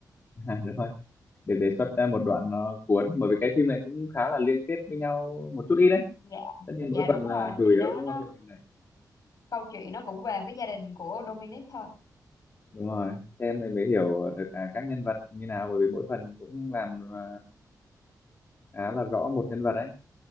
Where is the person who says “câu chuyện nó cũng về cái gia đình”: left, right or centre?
Left